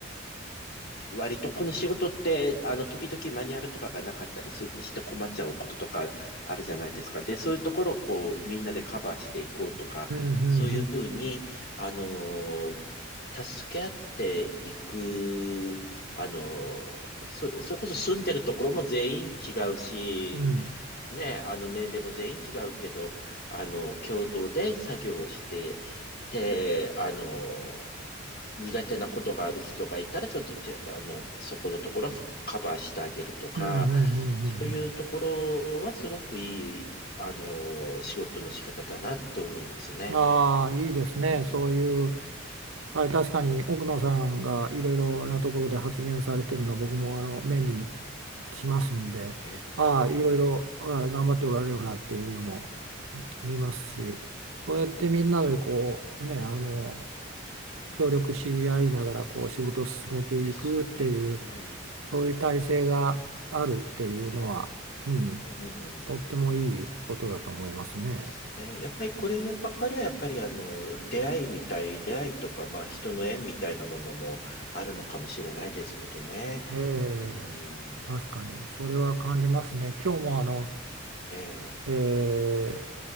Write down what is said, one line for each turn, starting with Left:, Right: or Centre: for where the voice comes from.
Left: 割とこの仕事って、あの、時々マニュアルとかがなかったりすして困っちゃうこととかあるじゃないですか。で、そういうところをこう、みんなでカバーしていこうとか、
Right: うん、う
Left: そういうふうに、
Right: ん、
Left: あのー助け合っていく、あのーそ、それこそ住んでるところも全員違うし、
Right: うん、
Left: ね、あの、年齢も全員違うけど、あの、共同で作業をして、で、あのー苦手なことがある人がいたら、ちょっと手、あの、そこのところはカバーしてあげるとか、
Right: うん、うん、うん、うんうん
Left: そういうところはすごくいい、あの、仕事の仕方だなって思いますね。
Right: うんああー、いいですね。
Left: うん
Right: そういう、
Left: うん、
Right: はい、確かに奥野さんがいろいろなところで発言されてるのは僕もあの目にしますんで、
Left: ええええ
Right: ああ、いろいろああ頑張っておられるなっていうのも
Left: ええ
Right: 見ますし、そうやってみんなでこう、
Left: うん、
Right: ね、あの、協力し合いながらこう仕事を進めていくっていう
Left: そうですね。うん、
Right: そういう体制があるっていうのは、うん
Left: うん、
Right: とってもいいことだと思いますね。
Left: そうですね。やっぱりこればっかりは、やっぱりあの、出会いみたい、出会いとか、まあ人の縁みたいなものもあるのかもしれないですけどね。
Right: ええ、
Left: うん
Right: 確かに、それは感じますね。今日もあの、
Left: ええ
Right: ええ、